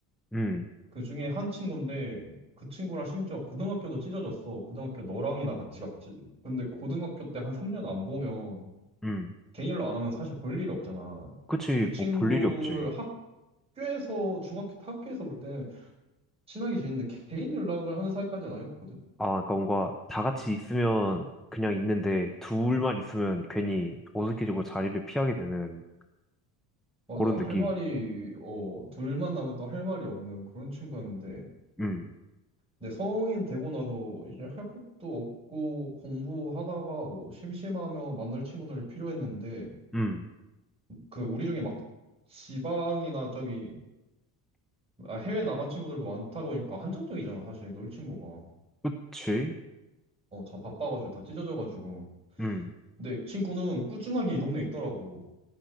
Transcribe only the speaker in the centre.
응,
응.
그치
뭐 볼 일이 없지.
아, 그러니까 뭔가 다 같이 있으면 그냥 있는데 둘만 있으면 괜히 어색해지고 자리를 피하게 되는
그런
느낌.
음,
음,
그치?
음,